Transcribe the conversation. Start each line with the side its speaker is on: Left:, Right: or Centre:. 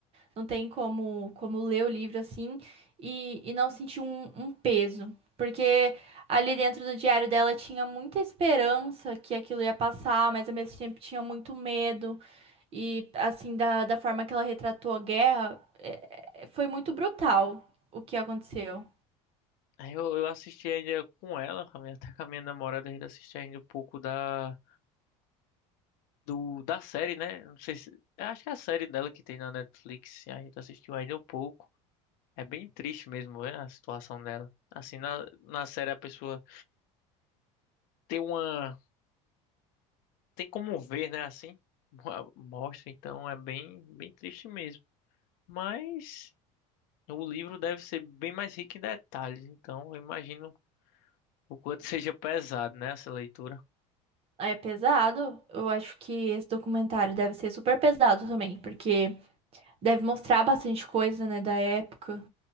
Right: Não tem como, como ler o livro assim e, e não sentir um, um peso. Porque ali dentro do diário dela tinha muita esperança que aquilo ia passar, mas ao mesmo tempo tinha muito medo. E assim, da, da forma que ela retratou a guerra, é- é- foi muito brutal o que aconteceu.
Left: Aí eu, eu assisti ainda com ela, com a minha- até com a minha namorada, a gente assistiu ainda um pouco da. do da série, né? Não sei se, eu acho que é a série dela que tem na Netflix, a gente assistiu ainda um pouco. É bem triste mesmo, né, a situação dela. Assim, na, na série a pessoa tem uma tem como ver, né, assim, <laughs> mostra, então é bem bem triste mesmo. Mas o livro deve ser bem mais rico em detalhes, então eu imagino o quanto <laughs> seja pesado, né, essa leitura.
Right: É pesado. Eu acho que esse documentário deve ser super pesado também, porque deve mostrar bastante coisa, né, da época.